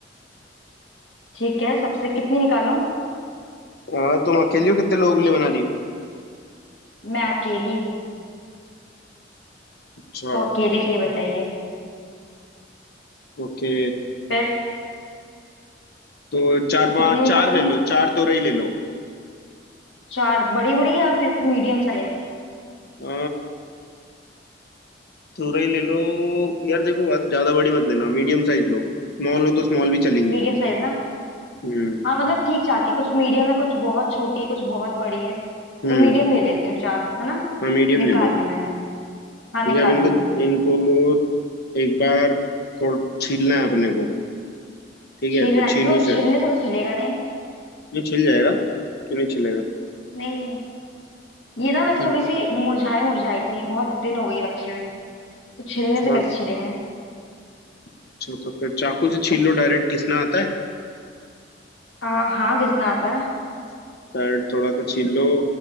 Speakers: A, on the left; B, on the left.
A: ठीक है सबसे कितनी निकालूं
B: हाँ तुम अकेले हो कितने लोगों के लिए बना रही हो
A: मैं अकेली हूँ
B: अच्छा
A: तो अकेले के लिए बताइए
B: ओके
A: फिर
B: तो चार पांच
A: कितनी निकालूं
B: चार ले लो चार तोरई ले लो
A: चार बड़ी बड़ी या फिर मीडियम साइज
B: आ, तोरई ले लो यार देखो बस ज्यादा बड़ी मत लेना मीडियम साइज लो स्मॉल हो तो स्मॉल भी चलेंगी
A: मीडियम साइज ना
B: हम्म
A: हाँ मतलब ठीक ठाक है कुछ मीडियम है कुछ बहुत छोटी है कुछ बहुत बड़ी है
B: हम्म
A: तो मीडियम ले लेती हूँ चार है ना
B: हाँ मीडियम
A: निकाल
B: ले लो
A: ली मैंने हाँ
B: ठीक
A: निकाल
B: है अब इनको
A: ली
B: इनको एक बार थोड़ा छीलना है अपने को ठीक
A: छीलना
B: है तो छीलू
A: इसको
B: से
A: छीलने से तो छिलेगा नहीं
B: नहीं छिल जाएगा क्यों नहीं छिलेगा
A: नहीं ये ना वैसे
B: अपन
A: थोड़ी सी मुरझाई मुरझाई सी है बहुत दिन हो गई रखी हुई तो छिलने
B: अच्छा
A: से कैसे छिलेंगे
B: अच्छा तो फिर चाकू से छील लो डायरेक्ट घिसना आता है
A: आ हाँ घिसना आता है
B: डायरेक्ट थोड़ा सा छील लो